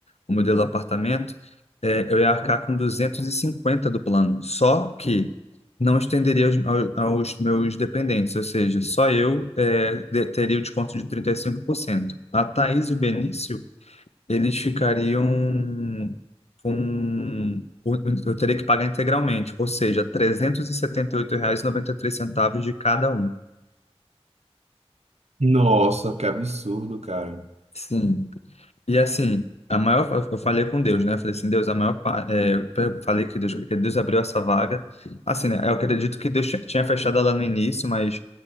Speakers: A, on the left; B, on the right.
A: o modelo apartamento, é, eu ia arcar com 250 do plano. Só que não estenderia aos, ao- aos meus dependentes, ou seja, só eu é, de- teria o desconto de 35%. A Thaís e o Benício eles ficariam com. Eu teria que pagar integralmente, ou seja, trezentos e e e setenta oito reais e noventa e três centavos de cada um.
B: Nossa, que absurdo, cara.
A: Sim. E assim, a maior, eu falei com Deus, né? Eu falei assim, Deus, a maior, pa- é, eu falei que Deus, que Deus abriu essa vaga. Assim, né? Eu acredito que Deus tinha tinha fechado ela no início, mas